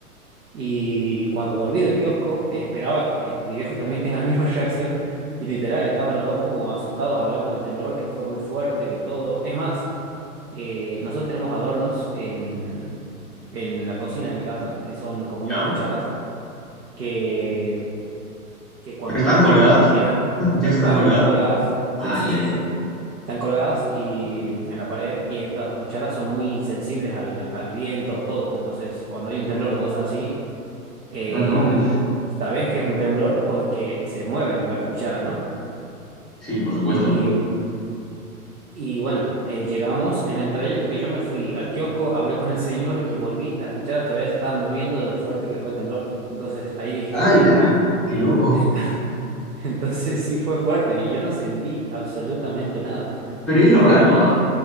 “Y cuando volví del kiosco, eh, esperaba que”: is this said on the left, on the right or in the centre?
Right